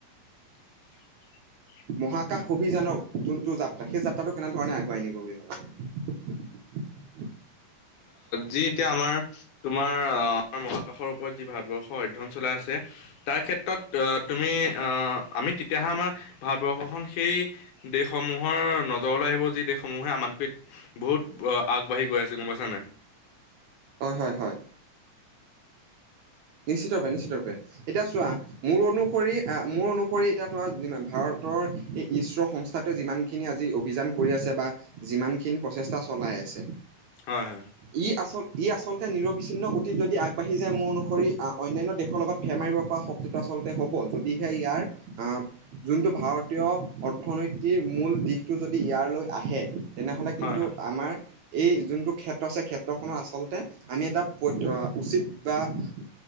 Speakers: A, on the left; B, on the right.
A: <inaudible>
B: মহাকাশ অভিযানৰ যোনটো যাত্ৰা সেই যাত্ৰাটো কেনেধৰণে আগুৱাই নিবগে? <inaudible>
A: যি এতিয়া আমাৰ তোমাৰ অ আমাৰ মহাকাশৰ ওপৰত যি ভাৰতবৰ্ষৰ অধ্যয়ন চলাই আছে তাৰ ক্ষেত্ৰত তুমি অহ আমি তেতিয়াহে আমাৰ ভাৰতবৰ্ষখন সেই দেশসমূহৰ নজৰ লৈ আহিব- যি দেশসমূহে আমাতকৈ বহুত আগবাঢ়ি গৈ আছে গম পাইছা নাই?
B: হয় হয় হয় নিশ্চিতৰূপে নিশ্চিতৰূপে এতিয়া চোৱা মোৰ অনুসৰি মোৰ অনুসৰি এতিয়া ভাৰত ভাৰতৰ এই ইছৰ সংস্থাটোৱে যিমানখিনি আজি অভিযান কৰি আছে বা যিমানখিনি প্ৰচেষ্টা চলাই আছে
A: হয় হয়
B: ই আচল ই আচলতে নিৰবিচ্ছিন্ন গতিত যদি আগবাঢ়ি যায় মোৰ অনুসৰি অন্যান্য দেশৰ লগত ফে মাৰিব পৰা শক্তিটো আচলতে হ'ব। যদিহে ইয়াৰ যোনটো ভাৰত তীয় অৰ্থনীতিৰ মূল দিশটো যদি ইয়ালৈ আহে তেনেহলে কিন্তু
A: হয় হয়
B: আমাৰ এই যোনটো ক্ষেত্ৰ আছে ক্ষেত্ৰখননৰ আচলতে আমি এটা উচিত বা উ